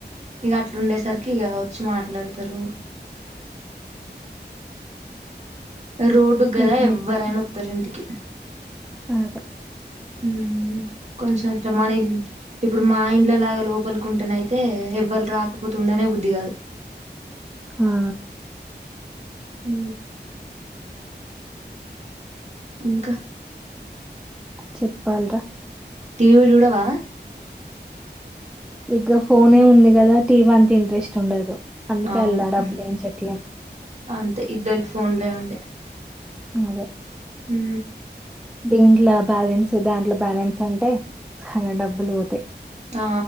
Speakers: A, on the right (about 40°); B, in the centre.
A: ఇగ అట్లా ఉండేసరికి ఇగ వచ్చి మాట్లాడుతరు. రోడ్డుగ్ గదా
B: బెటర్
A: ఎవ్వరైనా
B: అయితే.
A: వత్తరు ఇంటికి.
B: అదే
A: హు, కొంచెం ఇట్ల మనయ్ ఇల్ ఇప్పుడు మా ఇండ్ల లాగ లోపలికుంటేనైతే ఎవ్వర్ రాకపోతు ఉండనే బుద్ధి కాదు.
B: హా
A: ఉ ఇంకా
B: చెప్పాల్ రా
A: టీవీ చూడవా
B: ఇగ ఫోనే ఉంది కదా టీవంతా ఇంట్రెస్ట్ ఉండదు. అందుకే
A: అవును,
B: అల్ల డబ్బులేయించట్లేం.
A: హు అంతే ఇద్దర్ ఫోన్లే ఉండె
B: అదే
A: హూ
B: దీంట్లో బ్యాలెన్స్ దాంట్లో బ్యాలెన్స్ అంటే, సగం డబ్బులు పోతయ్.
A: ఆ